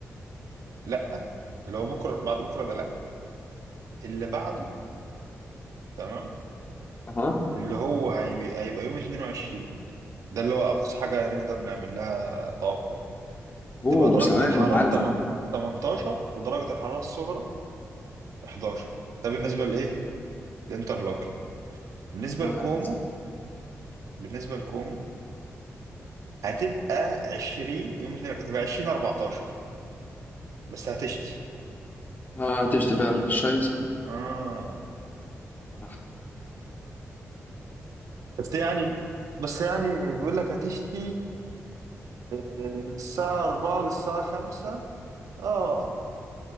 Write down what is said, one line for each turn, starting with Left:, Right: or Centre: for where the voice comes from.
Right: لا اللي هو بكره بعد بكره ده لا اللي بعده تمام
Left: اها
Right: اللي هو هي- هيبقى يوم 22 ده اللي هو اقصى حاجه نقدر نعمل لها توقع
Left: اوه
Right: تبقى درجه
Left: ثواني
Right: الحراره
Left: اتعلم
Right: 8 18 ودرجه الحراره الصغرى 11 ده بالنسبه لايه للانترلوكن بالنسبه
Left: آه.
Right: لكومو بالنسبه لكومو هتبقى 20 يوم 2 هتبقى 20 14 بس هتشتي
Left: ما هتشتي فعلا شايسه
Right: اه
Left: آه.
Right: بس يعني بس يعني بيقول لك هتشتي آه، من الساعة 4 للساعة 5 اه